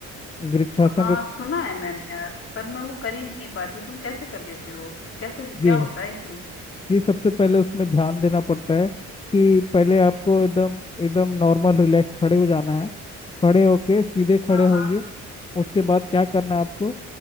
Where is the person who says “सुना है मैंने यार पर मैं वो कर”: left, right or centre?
Left